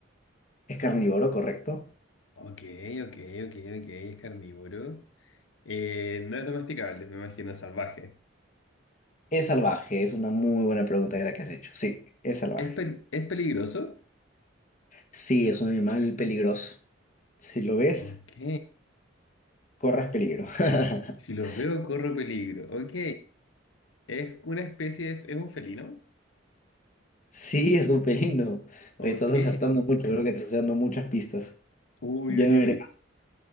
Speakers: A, on the left (about 40°); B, on the left (about 75°).
A: ¿Es carnívoro, correcto?
B: Ok, ok, ok, ok, es carnívoro. Eh, no es domesticable, me imagino, salvaje.
A: Es salvaje, es una muy buena pregunta la que has hecho. Sí, es salvaje.
B: ¿Es, pel- es peligroso?
A: Sí, es un animal peligroso. Si lo ves,
B: Ok.
A: corres peligro.
B: Si los
A: <laughs>
B: veo, corro peligro. Ok. ¿Es una especie de... ¿Es un felino?
A: Sí, es un pelino.
B: Ok.
A: Oye, estás acertando mucho, creo que te estás dando muchas pistas.
B: Uy,
A: Ya
B: uy,
A: no
B: uy.
A: iré